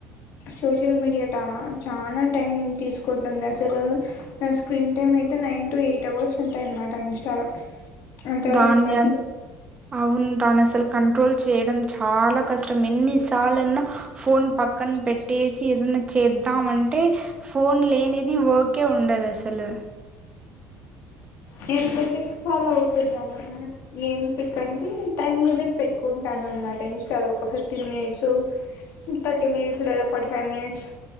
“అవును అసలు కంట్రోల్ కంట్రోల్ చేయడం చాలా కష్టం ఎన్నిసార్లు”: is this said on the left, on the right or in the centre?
Right